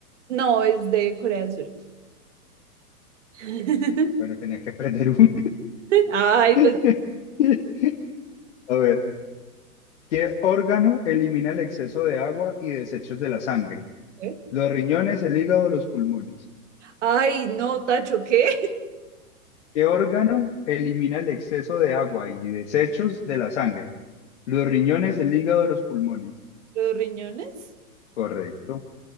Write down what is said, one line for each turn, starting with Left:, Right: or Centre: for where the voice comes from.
Right: No, es de Corea del Sur. <laughs>
Left: Bueno, tenías que perder un.
Right: Ay,
Left: <laughs>
Right: pues.
Left: A ver, ¿qué órgano elimina el exceso de agua y desechos de la sangre?
Right: ¿Eh?
Left: Los riñones, el hígado, los pulmones.
Right: Ay, no, Tacho, ¿qué?
Left: ¿Qué órgano elimina el exceso de agua y desechos de la sangre? Los riñones, el hígado, los pulmones.
Right: <laughs> ¿Los riñones?
Left: Correcto.